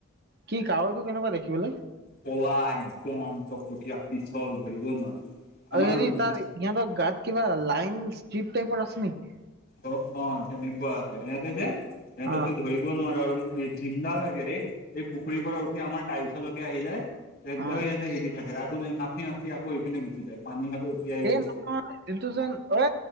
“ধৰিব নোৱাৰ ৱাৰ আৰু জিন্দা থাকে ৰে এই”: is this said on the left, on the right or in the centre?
Left